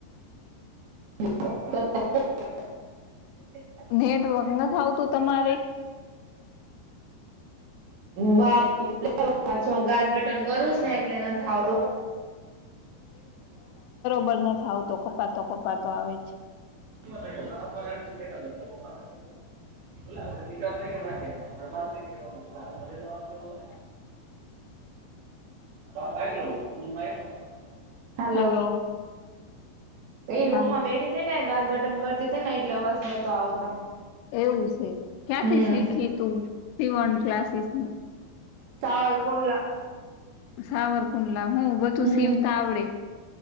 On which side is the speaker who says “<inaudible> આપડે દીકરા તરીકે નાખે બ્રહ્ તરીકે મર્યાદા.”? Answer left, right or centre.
Right